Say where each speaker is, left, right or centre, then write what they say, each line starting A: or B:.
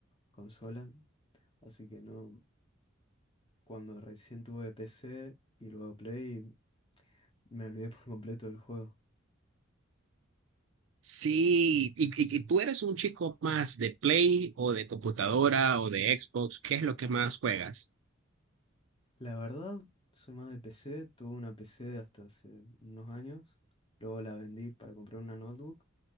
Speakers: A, on the left (about 25°); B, on the right (about 70°).
A: consola, así que no, cuando recién tuve PC y luego Play, me olvidé por completo del juego.
B: Sí, y, y- y tú eres un chico más de Play o de computadora o de Xbox, ¿qué es lo que más juegas?
A: La verdad, soy más de PC. Tuve una PC hasta hace unos años. Luego la vendí para comprar una notebook.